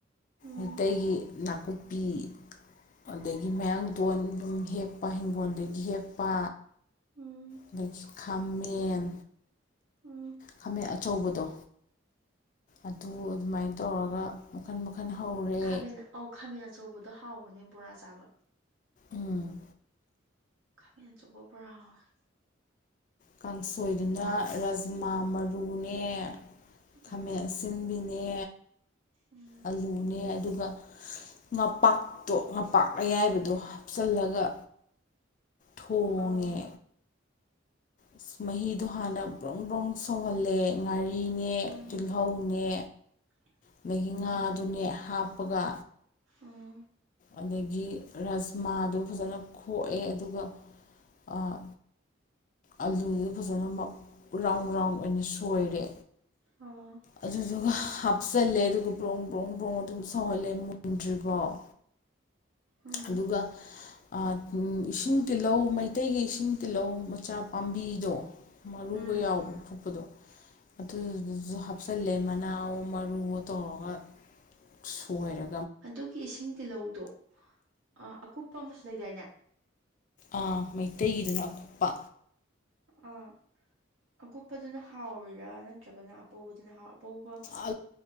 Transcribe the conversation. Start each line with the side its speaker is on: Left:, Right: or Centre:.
Right: ꯎꯝ
Left: ꯃꯤꯇꯩꯩꯒꯤ ꯅꯥꯀꯨꯞꯄꯤ ꯑꯗꯒꯤ ꯃꯌꯥꯡꯗꯣꯟ ꯑꯗꯨꯝ ꯍꯦꯛꯄ ꯍꯤꯡꯒꯣꯜꯗꯒꯤ ꯍꯦꯛꯄ
Right: ꯎꯝ
Left: ꯑꯗꯒꯤ ꯈꯥꯃꯦꯟ
Right: ꯎꯝ
Left: ꯈꯥꯃꯦꯟ ꯑꯆꯧꯕꯗꯣ ꯑꯗꯨ ꯑꯗꯨꯃꯥꯏꯅ ꯇꯧꯔꯒ ꯃꯈꯟ ꯃꯈꯜ ꯍꯧꯔꯦ
Right: ꯈꯥꯃꯦꯟ ꯑꯧ ꯈꯥꯃꯦꯟ ꯑꯆꯧꯕꯗꯣ ꯍꯥꯎꯕꯅꯦ ꯕꯣꯔꯥ ꯆꯥꯕ
Left: ꯎꯝ
Right: ꯈꯥꯃꯦꯟ ꯑꯆꯧꯕ ꯕꯣꯔꯥ ꯍꯥꯎꯑꯦ
Left: ꯀꯥꯡꯁꯣꯏꯗꯨꯅ ꯔꯥꯖꯃꯥ ꯃꯔꯨꯅꯦ ꯈꯥꯃꯦꯟ
Right: ꯎꯝ
Left: ꯑꯁꯤꯟꯕꯤꯅꯦ
Right: ꯎꯝ
Left: ꯑꯂꯨꯅꯦ ꯑꯗꯨꯒ ꯉꯄꯥꯛꯇꯣ ꯉꯄꯥꯛ ꯑꯌꯥꯏꯕꯗꯣ ꯍꯥꯞꯆꯤꯜꯂꯒ ꯊꯣꯡꯉꯦ
Right: ꯑꯥ
Left: ꯏꯁ ꯃꯍꯤꯗꯣ ꯍꯥꯟꯅ ꯕ꯭ꯔꯨꯡ ꯕ꯭ꯔꯨꯡ ꯁꯧꯍꯜꯂꯦ ꯉꯥꯔꯤꯅꯦ
Right: ꯎꯝ
Left: ꯇꯤꯜꯍꯧꯅꯦ
Right: <inaudible>
Left: ꯑꯗꯒꯤ
Right: ꯎꯝ
Left: ꯉꯥꯗꯨꯅꯦ ꯍꯥꯞꯄꯒ
Right: ꯎꯝ
Left: ꯑꯗꯒꯤ ꯔꯁꯃꯥꯗꯣ ꯐꯖꯅ ꯈꯣꯛꯑꯦ ꯑꯗꯨꯒ ꯑꯥ ꯑꯂꯨꯗꯨ ꯐꯖꯅ ꯃ ꯔꯥꯎꯟ ꯔꯥꯎꯟ ꯑꯣꯏꯅ ꯁꯣꯏꯔꯦ
Right: ꯑꯥ
Left: ꯑꯗꯨꯗꯨꯒ ꯍꯥꯞꯆꯜꯂꯦ ꯑꯗꯨꯒ ꯕ꯭ꯔꯣꯡ ꯕ꯭ꯔꯣꯡ ꯕ꯭ꯔꯣꯡ ꯑꯗꯨꯝ ꯁꯧꯍꯜꯂꯦ ꯃꯨꯟꯗ꯭ꯔꯤꯕꯣꯛ
Right: ꯎꯝ
Left: ꯑꯗꯨꯒ ꯑꯥ ꯎꯝ ꯏꯁꯤꯡ ꯇꯤꯜꯍꯧ ꯃꯩꯇꯩꯒꯤ ꯏꯁꯤꯡ ꯇꯤꯜꯍꯧ ꯃꯆꯥ ꯄꯥꯝꯕꯤꯗꯣ ꯃꯔꯨꯒ
Right: ꯎꯝ
Left: ꯌꯥꯎꯕ ꯐꯨꯛꯄꯗꯣ ꯑꯗꯨꯗꯨꯁꯨ ꯍꯥꯞꯆꯜꯂꯦ ꯃꯅꯥꯑꯣ ꯃꯔꯨꯑꯣ ꯇꯧꯔꯒ ꯁꯣꯏꯔ
Right: ꯑꯗꯨꯒꯤ ꯏꯁꯤꯡ ꯇꯤꯜꯂꯧꯗꯣ ꯑ ꯑꯀꯨꯞꯄ ꯑꯃꯁꯨ ꯂꯩꯗꯥꯏꯅꯦ
Left: ꯑ ꯃꯩꯇꯩꯒꯤꯗꯨꯅ ꯑꯀꯨꯞꯄ
Right: ꯑꯥ ꯑꯀꯨꯞꯄꯗꯨꯅ ꯍꯥꯎꯔꯤꯔꯥ ꯅꯠꯇ꯭ꯔꯒꯅ ꯑꯄꯧꯕꯗꯨꯅ ꯍꯥꯎ ꯑꯄꯧꯕ
Left: ꯑ